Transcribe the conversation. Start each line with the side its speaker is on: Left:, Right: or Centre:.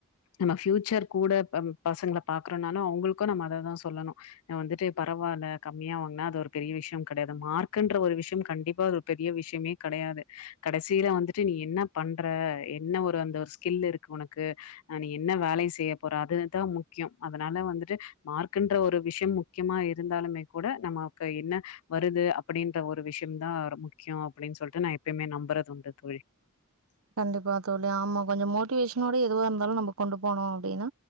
Left: நம்ம ஃபியூச் சர் கூட பம் பசங்ள பாக்றனாலும் அவுங்ளுக்கும் நம்ம அததா சொல்லணு வந்துட்டு பரவால கம்மியா வாங்னா அது ஒரு பெரிய விஷ்யம் கெடையாது மார்க் குன்ற ஒரு விஷ்யம் கண்டிப்பா அது ஒரு பெரிய விஷ்யமே கெடையாது கடைசி ல வந்துட்டு நீ என்ன பண்ற என்ன ஒரு அந்த ஒரு ஸ்கில்லிருக்கு உனக்கு நீ என்ன வேலயு செய்ய போறாது அதா முக்யோ அதனால வந்துட்டு மார்க்குன்ற ஒரு விஷ்யம் முக்கியமா இருந்தாலுமே கூட நமாக்கு என்ன வருது அப்டின்ற ஒரு விஷ்யம் தா ரெம் முக்கியோ அப்டின்னு சொல்லிட்டு நா எப்யுமே நம்றது உண் <unintelligible>
Right: கண்டிப்பா தோழி ஆமா கொஞ்சோ மோட்டிவேஷனோட எதுவா இருந்தாலும் நம்போ கொண்டு போனு அப்டினா